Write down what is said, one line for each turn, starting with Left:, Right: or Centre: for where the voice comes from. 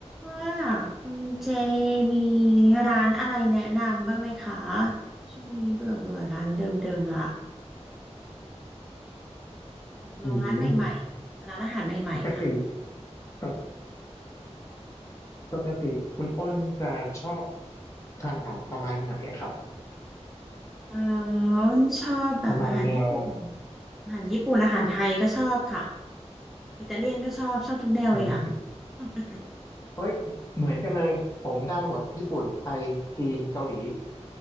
Centre: ว่าคุณเจมีร้านอะไรแนะนำบ้างไหมคะช่วงนี้เบื่อเบื่อร้านเดิมๆละอยากลองร้านใหม่ๆร้านอาหารใหม่ๆค่ะ
Left: อืมปกติปกปกติคุณอ้นจะชอบทานอาหารประมาณไหนอะครับ
Centre: อาอนชอบแบบอาหารญี่ปุ่น
Left: ประมาณแนว
Centre: อาหารญี่ปุ่นอาหารไทยก็ชอบค่ะอิตาเลียนก็ชอบชอบทุกแนวเลยอ่ะ
Left: เอ้ย
Centre: <laughs>
Left: เอ้ยเหมือนกันเลยผมได้หมดญี่ปุ่นไทยจีนเกาหลี